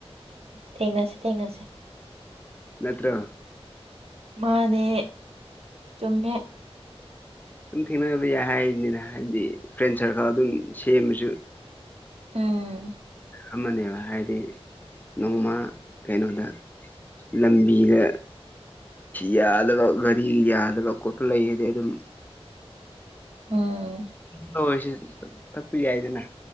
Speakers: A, on the right; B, on the left.
A: ꯊꯦꯡꯅꯁꯦ ꯊꯦꯡꯅꯁꯦ
B: ꯅꯠꯇ꯭ꯔꯥ
A: ꯃꯥꯟꯅꯦ ꯆꯨꯝꯃꯦ
B: ꯑꯗꯨꯝ ꯊꯦꯡꯅꯕ ꯌꯥꯏ ꯍꯥꯏꯅꯤꯅ ꯍꯥꯏꯕꯗꯤ ꯐ꯭ꯔꯦꯟ ꯁꯥꯔꯀꯜ ꯑꯗꯨꯝ ꯁꯦꯝꯃꯁꯨ
A: ꯎꯝ
B: ꯑꯃꯅꯦꯕ ꯍꯥꯏꯗꯤ ꯅꯣꯡꯃ ꯀꯩꯅꯣꯗ ꯂꯝꯕꯤꯗ ꯌꯥꯗꯕ ꯒꯥꯔꯤ ꯌꯥꯗꯕ ꯈꯣꯠꯄ ꯂꯩꯔꯗꯤ ꯑꯗꯨꯝ
A: ꯎꯝ
B: ꯍꯁꯦ ꯊꯞꯄꯤ ꯌꯥꯏꯗꯅ